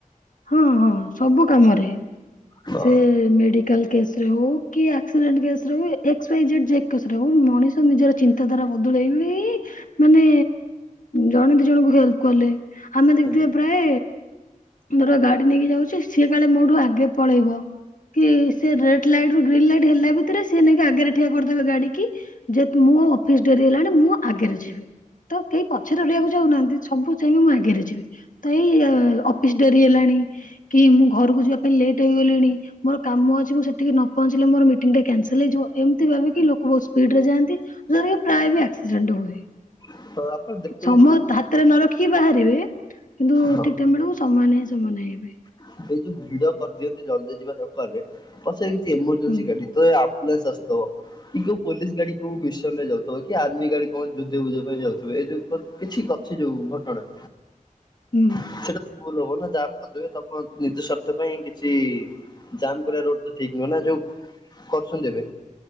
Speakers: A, on the left; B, on the left.
A: ହଁ ହଁ ସବୁ କାମରେ
B: ହଁ।
A: ସେ ମେଡିକାଲ୍ କେସ୍ ରେ ହଉ କି ଆକ୍ସିଡେଣ୍ଟ କେସ୍ ଏକ୍ ୱ। ଇ ଜେଡେ ମଣିଷ ନିଜର ଚିନ୍ତାଧାରା ବଦଳେଇଲେ ମାନେ ଜଣେ ଦି ଜଣଙ୍କୁ ହେଲ୍ପ କଲେ ଆମେ ଦେଖିଥିବା
B: ହୁଁ
A: ପ୍ରାୟ ମୋର ଗାଡ଼ି ନେଇକି ଯାଉଛି ସିଏ କାଳେ ମୋଠୁ ଆଗେ ପଳେଇବ କି ସେ ରେଡେ ଲାଇଟରୁ ଗ୍ରୀନ୍ ଲାଇଟ୍ ହେଲା ଭିତରେ ସିଏ ନେଇକି ଆଗରେ ଠିଆ କରିଦେବେ ଗାଡ଼ି କି ଯେ ମୋ ଅଫିସି ଡେରି ହେଲାଣି ମୁଁ ଆଗରେ ଯିବି ତ କେହି ପଛରେ ରହିବାକୁ ଚାଉନାହାନ୍ତି ସବୁ ଚାହିଁବେମୁଁ ଆଗରେ ଯିବି ତ ଏଇ ଅଫିସି ଡେରି ହେଲାଣି କି ମୁଁ ଘରକୁ ଯିବା ପାଇଁ ଲେଟ୍ ହେଇଗଲିଣି ମୋର କାମ ଅଛି ମୁଁ ସେଠିକି ନ ପହଞ୍ଚିଲେ ମୋର ମିଟିଙ୍ଗି ଟା କ୍ୟାନସଲ୍ ହେଇଯିବ ଏମିତି ଭାବି ଲୋକ ବହୁତ ସ୍ପିଡିରେ ରେ ଯାଆନ୍ତି ଠାରେ ପ୍ରାୟ ବି ଆକ୍ସିଡେଣ୍ଟ ହୁଏ।
B: ହଁ। ଆପଣ ଦେଖୁଥିବେ
A: ସମୟ
B: ଯୋଉ
A: ହାତରେ ନ ରଖିକି ବାହାରିବେ କିନ୍ତୁ
B: ହଁ
A: ଠିକ ଟାଇମ ବେଳକୁ ସମୟ ନାହିଁ ସମୟ ନାହିଁ ହେବେ।
B: ଏଇ ଯୋଉ ଭିଡ କରିଦିଅନ୍ତି ଜଲ୍ଦୀ ଯିବା ଚକରରେ ପଛରେ କିଛି ଏମର୍ଜେନ୍ସି
A: ହୁଁ।
B: ଗାଡି ତ ଏ ଆମ୍ପୁଲନ୍ସ ଆସୁଥିବ କି କୋଉ ପୋଲିସ ଗାଡ଼ି କୋଉ ମିସନରେ ଯାଉ ଥିବ କି ଆର୍ମି ଗାଡି କଣ ଯୁଦ୍ଧ ବୁଧ ପାଇଁ ଯାଉଥିବ ଏଇ ଯୋଉ କିଛି ଅଛି ଯୋଉ ଘଟଣା?
A: ହୁଁ।
B: ସେଇଟା ତ ଭୁଲ ହବ ନା ଜାମ୍ କରିଦେବେ ତମକୁ ନିଜ ସ୍ୱାର୍ଥ ପାଇଁ କିଛି ଜାମ୍ କରିବା ରୋଡ ଠିକ ନୁହେଁନା ଯୋଉ କରୁସନ୍ତି ଏବେ।